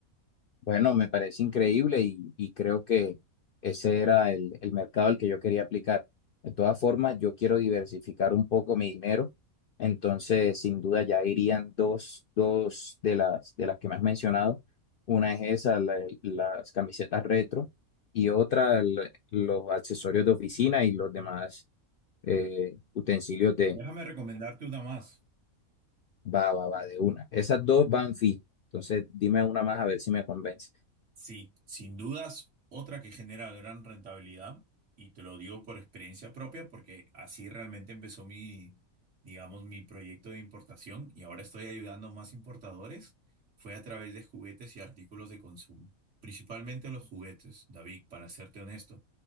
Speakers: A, on the left; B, on the right.
A: Bueno, me parece increíble y, y creo que ese era el, el mercado al que yo quería aplicar. De todas formas, yo quiero diversificar un poco mi dinero, entonces sin duda ya irían dos, dos de las, de las que me has mencionado. Una es esa, la- las camisetas retro, y otra el- los accesorios de oficina y los demás eh, utensilios de,
B: Déjame recomendarte una más.
A: Va, va, va, de una. Esas dos van fijo. Entonces, dime una más a ver si me convence.
B: Sí, sin dudas, otra que genera gran rentabilidad, y te lo digo por experiencia propia, porque así realmente empezó mi, digamos, mi proyecto de importación y ahora estoy ayudando a más importadores, fue a través de juguetes y artículos de consumo, principalmente los juguetes, David, para serte honesto.